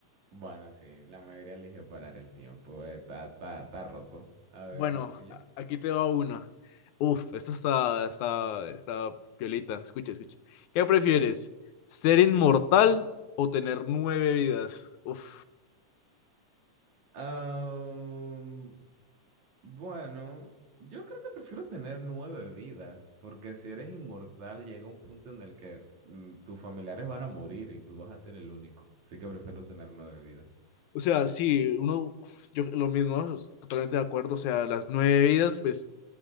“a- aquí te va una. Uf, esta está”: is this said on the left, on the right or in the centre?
Left